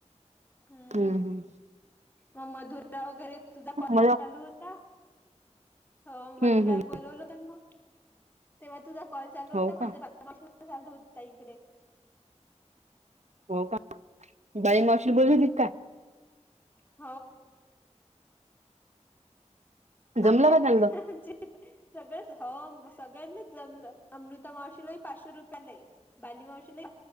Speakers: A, on the left (about 15°); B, on the right (about 70°).
A: हम्म
B: हूं हूं.
A: मग मधुरा वगैरे तुझा कॉल
B: मला
A: चालू होता हो मधुराल
B: हम्म हम्म
A: बोलवल. तण म तेव्हा तुझा कॉल चालू होता
B: हो का
A: माझ चालू होता इकडे
B: हो का बाई मावशी बोली होती की काय.
A: <inaudible>
B: जमलं
A: आमच्या
B: का चांगलं
A: आमचे सगळ हो म सगळ्यांना जमलं, अमृता मावशीलाही पाचशे रुपे आले, बाली मावशीला